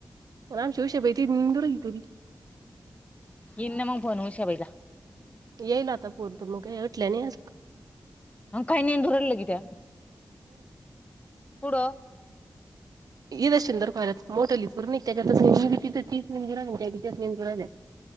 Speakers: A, on the right; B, on the left.
A: म नाम शिवष भ त नंदूर की तरी
B: इन मग फोन हश्या बाईला
A: येईल आता पोरपूर मग भटलं नाही.
B: अ काही नाही धुराला लगे त्या्या पुढं.
A: इदशंदरय मोठं लिूर् त्याच्या त मंजु त्यांज ह.